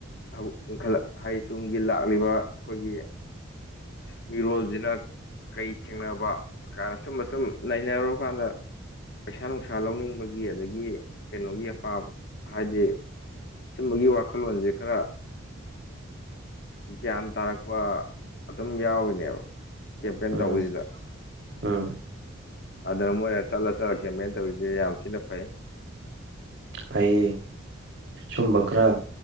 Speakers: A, on the left (about 55°); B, on the right (about 60°).
A: ꯑꯧ ꯏꯟꯈꯠꯂꯛ ꯍꯥꯏꯗꯤ ꯇꯨꯡꯒꯤ ꯂꯥꯛꯂꯤꯕ ꯑꯩꯈꯣꯏꯒꯤ ꯃꯤꯔꯣꯜꯁꯤꯅ ꯀꯩ ꯊꯦꯡꯅꯕ ꯀꯥꯏꯅ ꯁꯨꯝ ꯑꯁꯨꯝ ꯅꯩꯅꯔꯨꯀꯥꯟꯗ ꯄꯩꯁꯥ ꯅꯨꯡꯁꯥ ꯂꯧꯅꯤꯡꯕꯒꯤ ꯑꯗꯒꯤ ꯀꯩꯅꯣꯒꯤ ꯑꯄꯥꯝ ꯍꯥꯏꯗꯤ ꯁꯨꯝꯕꯒꯤ ꯋꯥꯈꯜꯂꯣꯟꯁꯦ ꯈꯔ ꯒ꯭ꯌꯥꯟ ꯇꯥꯔꯛꯄ ꯑꯗꯨꯝ ꯌꯥꯎꯔꯤꯅꯦꯕ ꯀꯦꯝꯄꯦꯟ
B: ꯎꯝ
A: ꯇꯧꯕꯁꯤꯗ
B: ꯎꯝ
A: ꯑꯗꯨꯅ ꯃꯣꯏꯅ ꯆꯠꯂ ꯆꯠꯂ ꯀꯦꯝꯄꯦꯟ ꯇꯧꯔꯤꯁꯦ ꯌꯥꯝ ꯊꯤꯅ ꯐꯩ
B: ꯐꯩꯌꯦ ꯁꯨꯝꯕ ꯈꯔ